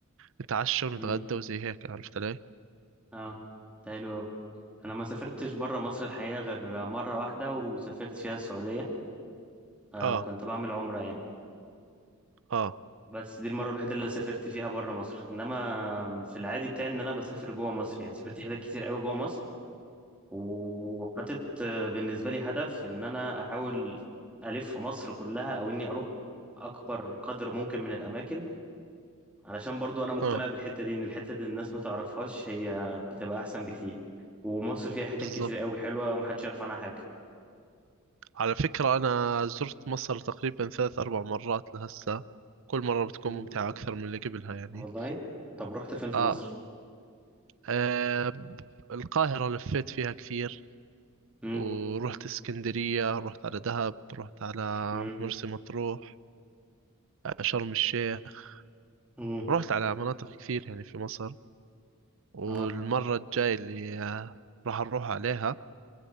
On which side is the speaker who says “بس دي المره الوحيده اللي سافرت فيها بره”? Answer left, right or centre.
Centre